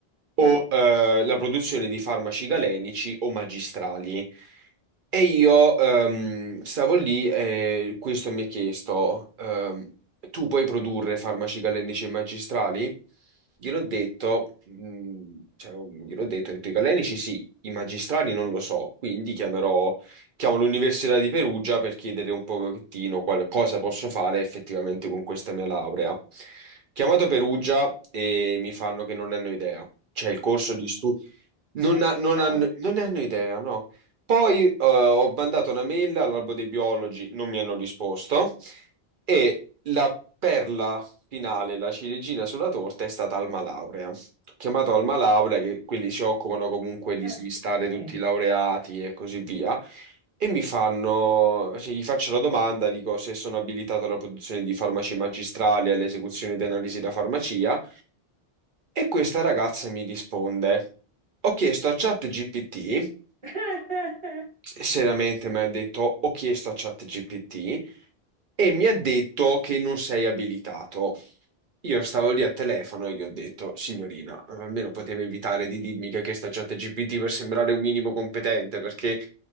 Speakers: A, on the right; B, on the right.
A: o
B: mm.
A: eh, la produzione di farmaci galenici o magistrali. E io ehm, stavo lì e questo mi ha chiesto, ehm, tu puoi produrre farmaci calenici e magistrali? Gliel'ho detto, mh, cioè, mm, gliel'ho detto, ho detto i calenici sì, i magistrali non lo so, quindi chiamerò, chiamo l'Università di Perugia per chiedere un pochettino quale, cosa posso fare effettivamente con questa mia laurea. Chiamato Perugia e mi fanno che non hanno idea. C'è il corso di studio. Non,
B: Ma
A: ha-
B: che
A: non
B: cavolo?
A: hanno, non ne hanno idea, no. Poi eh, ho mandato una mail all'albo dei biologi, non mi hanno risposto e la perla finale, la ciliegina sulla torta, è stata Alma Laurea. Ho chiamato Alma Laurea, che quelli si occupano comunque di
B: Eh,
A: smistare tutti
B: sì.
A: i laureati e così via. E mi fanno, cioè, gli faccio la domanda, dico se sono abilitato alla produzione di farmaci magistrali, e all'esecuzione di analisi da farmacia, e questa ragazza mi risponde, ho chiesto a ChatGPT,
B: <laughs>
A: se- seriamente mi ha detto, ho chiesto a ChatGPT, e mi ha detto che non sei abilitato. Io stavo lì al telefono e gli ho detto, signorina, almeno poteva evitare di dirmi che questa chat GPT per sembrare un minimo competente, perché